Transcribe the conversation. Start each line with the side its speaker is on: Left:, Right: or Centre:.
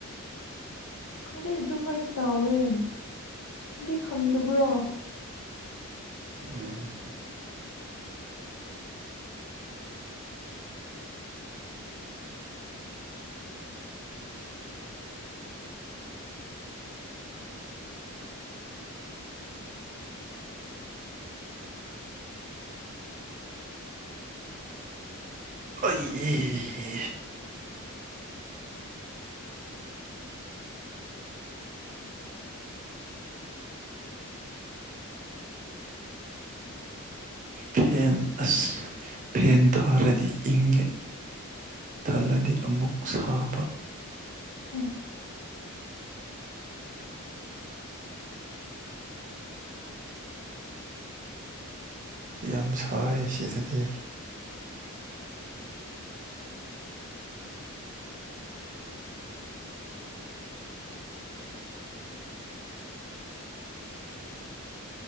Left: ꯑꯗꯨꯗꯩ ꯑꯗꯨꯃꯥꯏ ꯇꯥꯎꯋꯦ ꯑꯗꯨꯗꯤ ꯈꯪꯗꯕ꯭ꯔꯣ
Right: ꯎꯝ ꯑꯩ ꯏ ꯏ ꯐꯦꯟ ꯑꯁ ꯐꯦꯟ ꯊꯥꯔꯗꯤ ꯏꯪ ꯈꯜꯂꯗꯤ ꯑꯃꯨꯛ ꯁꯥꯕ
Left: ꯑ
Right: ꯌꯥꯝ ꯁꯥꯏ ꯁꯤꯗꯗꯤ